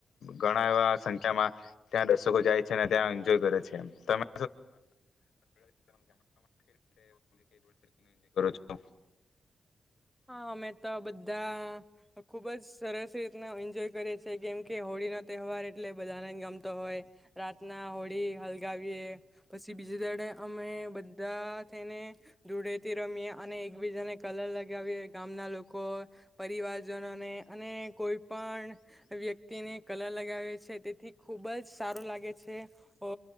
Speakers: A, on the left; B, in the centre.
A: ઘણા એવા સંખ્યામાં ત્યાં દર્શકો જાય છે અને ત્યાં એન્જોય કરે છે. તમે શુ <inaudible>
B: હા, મે તો બધા ખૂબ જ સરસ રીતના એન્જોય કરે છે, કેમ કે હોળીનો તહેવાર એટલે બધાને જ ગમતો હોય. રાતના હોળી હલગાવીએ પછી બીજા દિવસે અમે બધા થઈને ધૂળેટી રમીએ અને એકબીજાને કલર લાગા વીએ ગામના લોકો, પરિવારજનોને અને કોઈ પણ વ્યક્તિને કલાર લગાવે છે તેથી ખૂબ જ સારું લાગે છે. ઓ